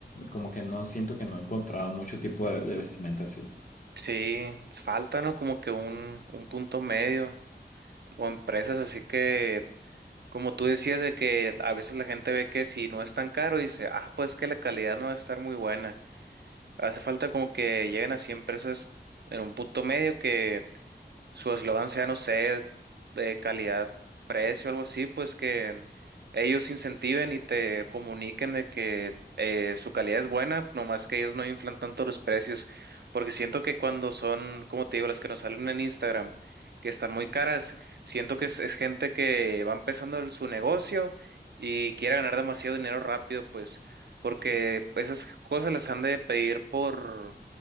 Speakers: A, on the left; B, on the right.
A: como que no siento que no he encontrado mucho tipo de, de vestimenta así.
B: Sí, falta, ¿no? Como que un, un punto medio. O empresas así que, como tú decías, de que a veces la gente ve que si no es tan caro, dice, ah, pues que la calidad no va a estar muy buena. Hace falta como que lleguen así empresas en un punto medio que su eslogan sea, no sé, de calidad, precio, algo así, pues que ellos incentiven y te comuniquen de que eh, su calidad es buena, nomás que ellos no inflan tanto los precios, porque siento que cuando son, como te digo, las que nos salen en Instagram, que están muy caras, siento que es, es gente que va empezando en su negocio y quiere ganar demasiado dinero rápido, pues, porque esas cosas las han de pedir por